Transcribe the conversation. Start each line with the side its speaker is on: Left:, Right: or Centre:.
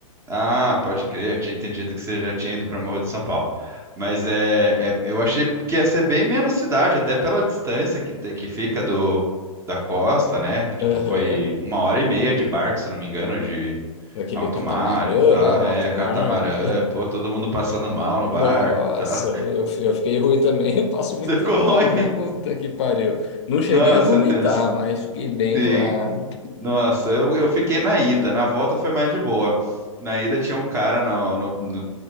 Right: Ah, pode crer, eu tinha entendido que você já tinha ido para Morro de São Paulo. Mas é, é- eu achei que ia ser bem menos cidade, até pela distância que, te- que fica do, da costa, né? Tipo,
Left: Aham,
Right: foi uma hora e meia de barco, se não me engano, de
Left: Naquele
Right: alto
Left: catamarã,
Right: mar e tal.
Left: né, no
Right: É,
Left: alto
Right: catamarã,
Left: mar.
Right: pô, todo mundo passando mal no barco
Left: Nossa,
Right: e tal.
Left: eu, fi- eu fiquei ruim também. <laughs> Eu passo muito
Right: <laughs> Ficou
Left: mal,
Right: ruim.
Left: velho. Puta que pariu. Não cheguei
Right: Nossa,
Left: a vomitar,
Right: tenso.
Left: mas fiquei bem
Right: Sim.
Left: enjoado.
Right: Nossa, eu, eu fiquei na ida. Na volta foi mais de boa. Na ida tinha um cara no, no- no-